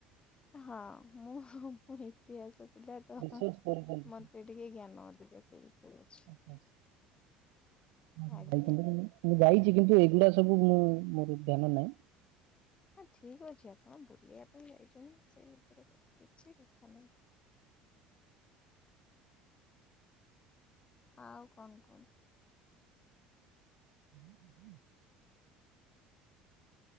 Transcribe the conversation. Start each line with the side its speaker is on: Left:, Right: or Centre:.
Left: ହଁ ମୁଁ ମୁଁ ଇତିହାସ ପିଲାତଃ
Right: ରିସର୍ଚ୍ଚ କରିଛନ୍ତି
Left: ମତେ ଟିକେ ଜ୍ଞାନ ଅଧିକ ସେ ବିଷୟରେ ଅଛି।
Right: ଆଚ୍ଛା <inaudible> ମୁଁ
Left: ଆଜ୍ଞା।
Right: ଯାଇଚି କିନ୍ତୁ ଏଗୁଡା ସବୁ ମୁଁ ମୋର ଧ୍ୟାନ ନାହିଁ।
Left: ହଁ ଠିକ୍ ଅଛି ଆପଣ ବୁଲିବା ପାଇଁ ଯାଇଚନି ସେଇ ଉପରେ କ କିଛି କଥା ନାହିଁ। ଆଉ କଣ କୁହନ୍ତୁ।
Right: <inaudible>